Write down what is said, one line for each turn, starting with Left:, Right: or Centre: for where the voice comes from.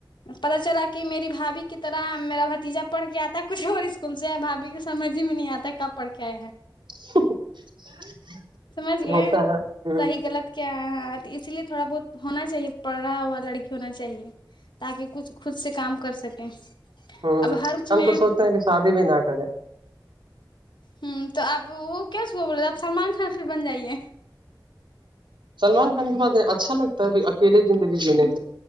Left: پتا چلا کہ میری بھابھی کی طرح میرا بھتیجا پڑھ کے آتا کچھ اور اسکول ہے بھابھی کو سمجھ ہی میں نہیں آتا ہے کب پڑھ کے آئے ہیں
Right: <inaudible>
Left: سمجھ گئے
Right: ہوتا ہے ہ
Left: صحیح غلط کیا اسی لیے تھوڑا بہت ہونا چاہیے پڑھا ہوا لڑکی ہونا چاہیے تاکہ کچھ خود سے کام کر سکیں
Right: ہوں
Left: اب ہر کچھ
Right: ہم
Left: میں
Right: تو
Left: ہ
Right: سوچتے ہیں کہ شادی بھی نہ کریں
Left: ہوں تو آپ وہ کیسے ہو بولے تھ آپ سلمان خان پھر بن جائیے
Right: سلمان خان کی بات ہے اچھا لگتا ہے اکیلی زندگی جینے میں